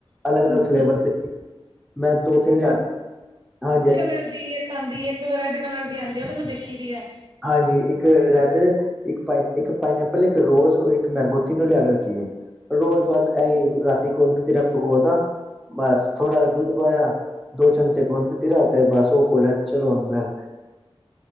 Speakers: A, on the right; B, in the centre.
A: ਹਾਂਜੀ
B: ਅਲਗ ਅਲਗ ਫਲੇਵਰ ਦੇ ਮੈ ਦੋ ਤਿੰਨ ਲਿਆ ਹਾਂਜੀ- ਹਾਂਜੀ-
A: ਕਰਦੀ ਹੈ। ਇਕ ਆਦੀ ਹੈ ਇਕ ਰੈੱਡ ਕਲਰ ਦੀ ਆਉਦੀ ਹੈ ਉਹ ਤੇ ਮੈ ਦੇਖੀ ਦੀ ਹੈ।
B: ਹਾਂਜੀ ਇਕ ਰੈਡ- ਇੱਕ ਇੱਕ ਪਾਈਨੈਪਲ ਇੱਕ ਰੋਜ਼ ਔਰ ਇੱਕ ਮੈਂਗੋ ਤਿੰਨੋ ਲਿਆ ਕੇ ਰੱਖੀਏ ਰੋਜ਼ ਬਸ ਐਹੀ ਰਾਤੀ ਗੁੰਦਕਤੀਰਾ ਭਿਗੋਤਾ ਬਸ ਥੋੜਾ ਦੁੱਧ ਪਾਇਆ ਦੋ ਚਮਚੇ ਗੂੰਦਕਤੀਰਾ ਤੇ ਬਸ ਉਹ ਘੋਲਿਆ ਚਲੋ ਅੰਦਰ